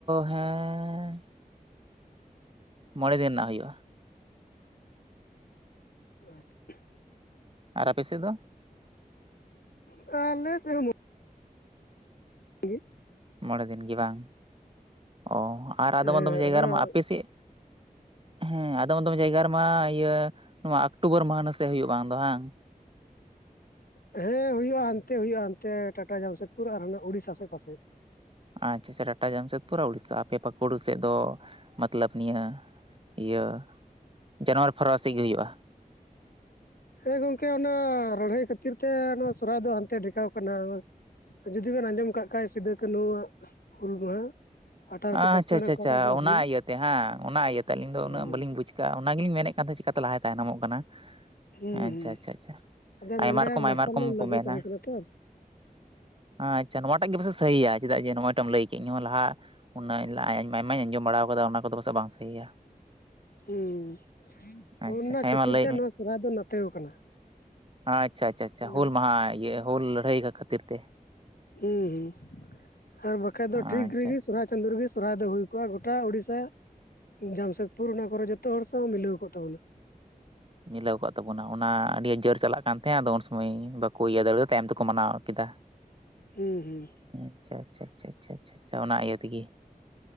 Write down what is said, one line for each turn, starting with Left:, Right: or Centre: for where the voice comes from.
Right: ᱦᱮᱸᱻ ᱢᱚᱬᱮ ᱫᱤᱱ ᱨᱮᱱᱟᱜ ᱦᱩᱭᱩᱜᱼᱟ᱾
Left: <unintelligible>
Right: ᱟᱨ ᱟᱯᱮ ᱥᱮᱫ ᱫᱚ?
Left: ᱩᱸ ᱟᱞᱮ ᱥᱮ ᱦᱚ ᱢᱚ ᱜᱤ
Right: ᱢᱚᱬᱮ ᱫᱤᱱ ᱜᱮ ᱵᱟᱝ? ᱚ ᱟᱨ ᱟᱫᱚᱢ
Left: ᱦᱮᱸ
Right: ᱟᱫᱚᱢ ᱡᱟᱭᱜᱟ
Left: ᱟᱫᱚ
Right: ᱨᱮᱢᱟ ᱟᱯᱮ ᱥᱮᱫ ᱦᱮᱸ ᱟᱫᱚᱢ ᱟᱫᱚᱢ ᱡᱟᱭᱜᱟ ᱨᱮᱢᱟ ᱤᱭᱟᱹ ᱱᱚᱣᱟ ᱚᱠᱴᱳᱵᱚᱨ ᱢᱟᱦᱱᱟᱹ ᱥᱮᱫ ᱦᱩᱭᱩᱜ ᱵᱟᱝ ᱫᱚ ᱦᱟᱝ ᱾
Left: ᱦᱮᱸ ᱦᱩᱭᱩᱜᱼᱟ ᱦᱟᱱᱛᱮ ᱦᱩᱭᱩᱜᱼᱟ ᱦᱟᱱᱛᱮ ᱴᱟᱴᱟ ᱡᱟᱢᱥᱮᱫᱽᱯᱩᱨ ᱟᱨ ᱦᱟᱱᱮ ᱩᱲᱤᱥᱟ ᱥᱮᱫ ᱯᱟᱥᱮᱡ᱾
Right: ᱟᱪᱪᱷᱟᱼᱪᱷᱟ ᱴᱟᱴᱟ ᱡᱟᱢᱥᱮᱫᱯᱩᱨ ᱟᱨ ᱩᱲᱤᱥᱥᱟ ᱟᱯᱮ ᱯᱟᱹᱠᱩᱲ ᱥᱮᱫ ᱫᱚ ᱢᱚᱛᱞᱚᱵᱽ ᱱᱤᱭᱟᱹ ᱤᱭᱟᱹ ᱡᱟᱱᱩᱣᱟᱨᱤ ᱯᱷᱟᱨᱩᱣᱟᱨᱤ ᱥᱮᱫ ᱜᱤ ᱦᱩᱭᱩᱜᱼᱟ?
Left: ᱦᱮᱸ ᱜᱚᱢᱠᱮ ᱚᱱᱟ ᱨᱟᱹᱲᱦᱟᱹᱭ ᱠᱷᱟᱹᱛᱤᱨ ᱛᱮ ᱱᱚᱣᱟ ᱥᱚᱨᱦᱟᱭ ᱫᱚ ᱦᱟᱱᱛᱮ ᱰᱷᱮᱠᱟᱣ ᱠᱟᱱᱟ᱾ ᱡᱩᱫᱤ ᱵᱮᱱ ᱟᱸᱡᱚᱢ ᱠᱟᱫ ᱠᱷᱟᱡ ᱥᱤᱫᱟᱹ ᱠᱟᱹᱱᱦᱩᱣᱟᱜ ᱦᱩᱞ ᱢᱟᱦᱟ ᱟᱴᱷᱟᱨᱚᱥᱚ
Right: ᱟᱪᱪᱷᱟᱼᱪᱷᱟ
Left: ᱯᱟᱸᱪᱯᱚᱱ ᱨᱮ ᱚᱠᱟᱴᱟᱜ
Right: ᱪᱷᱟ
Left: ᱫᱚ
Right: ᱚᱱᱟ
Left: ᱦᱩᱞ
Right: ᱤᱭᱟᱹᱛᱮ ᱦᱟᱝ ᱚᱱᱟ ᱤᱭᱟᱹᱛᱮ ᱟᱹᱞᱤᱧ ᱫᱚ
Left: ᱦᱩᱸ
Right: ᱩᱱᱟᱹᱜ ᱵᱟᱹᱞᱤᱧ ᱵᱩᱡᱷ ᱠᱟᱜᱼᱟ ᱚᱱᱟ ᱜᱮᱞᱤᱧ ᱢᱮᱱᱮᱫ ᱠᱟᱱ ᱛᱟᱦᱮᱸ ᱪᱤᱠᱟᱛᱮ ᱞᱟᱦᱟ ᱛᱟᱭᱱᱚᱢᱚᱜ ᱠᱟᱱᱟ?
Left: ᱦᱩᱸ
Right: ᱦᱮᱸ ᱟᱪᱪᱷᱟ
Left: ᱦᱩᱸ
Right: ᱟᱪᱪᱷᱟ ᱟᱪᱷᱟ
Left: ᱟᱫᱚ
Right: ᱟᱭᱢᱟ
Left: ᱱᱚᱰᱮ
Right: ᱨᱚᱠᱚᱢ
Left: ᱢᱟᱨᱥᱟᱞ
Right: ᱟᱭᱢᱟ ᱨᱚᱠᱚᱢ
Left: ᱞᱚ ᱞᱟᱹᱜᱩ
Right: ᱠᱚ ᱢᱮᱱᱟ᱾
Left: ᱛᱟᱦᱮᱸ ᱠᱟᱱᱟ ᱛᱚ
Right: ᱟᱪᱪᱷᱟ ᱱᱚᱣᱟ ᱴᱟᱜ ᱜᱮ ᱯᱟᱥᱮᱡ ᱥᱟᱹᱦᱤᱭᱟ, ᱪᱮᱫᱟᱜ ᱡᱮ ᱱᱚᱣᱟᱴᱟᱜ ᱮᱢ ᱞᱟᱹᱭ ᱠᱮᱫ ᱤᱧ ᱦᱚᱸ ᱞᱟᱦᱟ ᱩᱱᱟᱹᱜ ᱟᱭᱢᱟ ᱟᱭᱢᱟᱧ ᱟᱸᱡᱚᱢ ᱵᱟᱲᱟᱣ ᱠᱟᱫᱟ, ᱚᱱᱟ ᱠᱚᱫᱚ ᱯᱟᱥᱮᱡ ᱵᱟᱝ ᱥᱟᱹᱦᱤᱭᱟ᱾
Left: ᱦᱩᱸ
Right: ᱟᱪᱪᱷᱟ
Left: ᱚᱱᱟ
Right: ᱦᱮᱸ
Left: ᱠᱷᱟᱹᱛᱤᱨ
Right: ᱢᱟ ᱞᱟᱹᱭ
Left: ᱛᱮ ᱱᱚᱣᱟ
Right: ᱢᱮ
Left: ᱥᱚᱨᱚᱦᱟᱭ ᱫᱚ ᱱᱟᱛᱮᱣ ᱠᱟᱱᱟ᱾
Right: ᱟᱪᱪᱷᱟ ᱟᱪᱪᱷᱟ ᱟᱪᱪᱷᱟ
Left: ᱦᱩᱸ
Right: ᱦᱩᱞ ᱢᱟᱦᱟ ᱤᱭᱟᱹ ᱦᱩᱞ ᱞᱟᱹᱲᱦᱟᱹᱭ ᱠᱟᱜ ᱠᱷᱟᱹᱛᱤᱨ ᱛᱮ᱾
Left: ᱦᱩᱸ ᱦᱩᱸ ᱟᱨ ᱵᱟᱠᱷᱟᱡ
Right: ᱟᱪᱪᱷᱟ
Left: ᱫᱚ ᱴᱷᱤᱠ ᱨᱮᱜᱮ
Right: ᱟᱪᱪᱷᱟ
Left: ᱥᱚᱦᱚᱨᱟᱭ ᱪᱟᱸᱫᱳ ᱨᱮᱜᱤ᱾ ᱥᱚᱨᱦᱟᱭ ᱫᱚ ᱦᱩᱭ ᱠᱚᱜᱼᱟ ᱜᱚᱴᱟ ᱳᱲᱤᱥᱟ, ᱡᱟᱢᱥᱮᱫᱽᱯᱩᱨ ᱚᱱᱟ ᱠᱚᱨᱮ ᱡᱚᱛᱚ ᱦᱚᱲ ᱥᱟᱶ ᱢᱤᱞᱟᱹᱣ ᱠᱚᱜ ᱛᱟᱵᱚᱱᱟ᱾
Right: ᱢᱤᱞᱟᱹᱣ ᱟᱠᱟᱫ ᱛᱟᱵᱚᱱᱟ, ᱚᱱᱟ ᱟᱹᱰᱤ ᱡᱟᱹᱲ ᱪᱟᱞᱟᱜ ᱠᱟᱱ ᱛᱟᱦᱮᱸᱫ ᱟᱫᱚ ᱩᱱ ᱥᱩᱢᱟᱹᱭ ᱵᱟᱠᱚ ᱤᱭᱟᱹ ᱫᱟᱲᱮᱭᱟᱫᱟ ᱛᱟᱭᱚᱢ ᱛᱮᱠᱚ ᱢᱟᱱᱟᱣ ᱠᱮᱫᱟ᱾
Left: ᱦᱩᱸ ᱦᱩᱸ ᱾
Right: ᱟᱪᱪᱷᱟ ᱟᱪᱷᱟ ᱟᱪᱪᱷᱟ ᱟᱪᱪᱷᱟ ᱚᱱᱟ ᱤᱭᱟᱹ ᱛᱤᱜᱤ